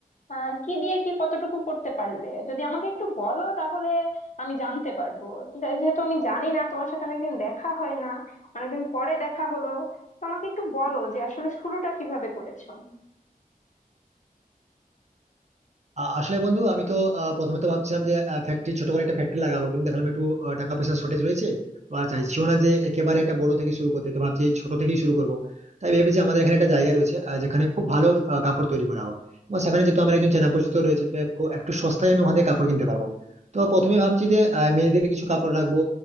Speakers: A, on the left; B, on the right.
A: আহ, কি দিয়ে কি কতটুকু করতে পারলে যদি আমাকে একটু বলো তাহলে আমি জানতে পারবো যে- যেহেতু আমি জানি না তোমার সাথে অনেকদিন দেখা হয় না অনেকদিন পরে দেখা হলো তো আমাকে একটু বলো যে আসলে শুরুটা কিভাবে করেছো
B: আ- আসলে বন্ধু আমি তো আহ, প্রথমে তো ভাবছিলাম যে ফ্যাক্টরি ছোট করে একটা ফ্যাক্টরি লাগাবো কিন্তু দেখলাম একটু আহ, টাকা পয়সার শর্টেজ রয়েছে তো আর চাইছিও না যে একেবারে একটা বড় থেকে শুরু করতে তো ভাবছি ছোট থেকেই শুরু করব তাই ভেবেছি আমাদের এখানে একটা জায়গা রয়েছে আহ, যেখানে খুব ভালো আহ, কাপড় তৈরি করা হয় এবং সেখানে যেহেতু আমার একজন চেনা পরিচিত রয়েছে তো খু- একটু সস্তায় আমি ওখান থেকে কাপড় কিনতে পারবো তো প্রথমে ভাবছি যে আহ, মেয়েদের কিছু কাপড় রাখবো